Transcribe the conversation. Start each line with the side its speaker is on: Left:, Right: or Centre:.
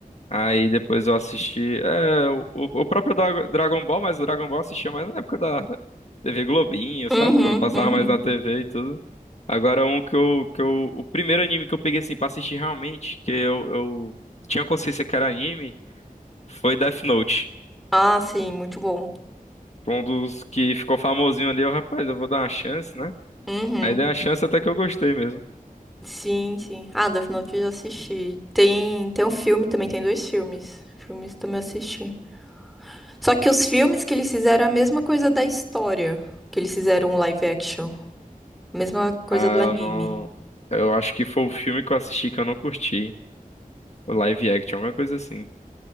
Left: Aí depois eu assisti. É, o, o o próprio Dra- Dragon Ball, mas o Dragon Ball eu assistia mais na época da TV Globinho, sabe?
Centre: Uhum,
Left: Quando passava
Centre: uhum.
Left: mais na TV e tudo. Agora um que eu, que eu. O primeiro anime que eu peguei assim pra assistir realmente, que eu, eu tinha consciência que era anime, foi Death Note.
Centre: Ah, sim, muito bom.
Left: Um dos que ficou famosinho ali, eu, rapaz, eu vou dar uma chance, né?
Centre: Uhum.
Left: Aí dei uma chance até que eu gostei mesmo.
Centre: Sim, sim. Ah, Death Note eu já assisti. Tem, tem um filme também, tem dois filmes. Filmes também assisti. Só que os filmes que eles fizeram é a mesma coisa da história, que eles fizeram um live action, a mesma coisa
Left: Ah,
Centre: do anime.
Left: eu não. Eu acho que foi o filme que eu assisti que eu não curti. O live action, alguma coisa assim.